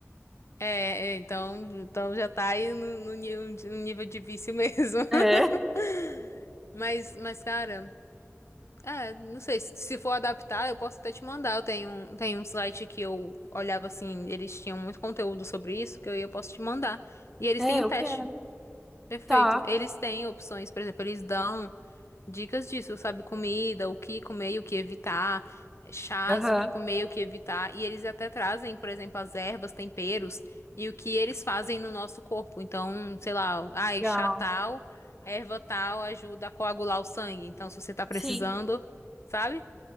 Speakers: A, on the left; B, in the centre.
A: É, é, então, então já tá aí no, no ni- no nível de vício mesmo. <laughs>
B: É,
A: Mas, mas, cara, é, não sei, se se for adaptar, eu posso até te mandar. Eu tenho, um- tenho um site que eu olhava assim, eles tinham muito conteúdo sobre isso, que eu, eu posso te mandar. E eles
B: é,
A: têm um
B: eu
A: teste.
B: quero.
A: Perfeito.
B: Tá.
A: Eles têm opções, por exemplo, eles dão. Dicas disso, sabe? Comida, o que comer e o que evitar, chás,
B: Aham.
A: o que comer e o que evitar. E eles até trazem, por exemplo, as ervas, temperos e o que eles fazem no nosso corpo. Então, sei lá, ai,
B: Legal.
A: chá tal, erva tal ajuda a coagular o sangue. Então, se você tá precisando,
B: Sim.
A: sabe?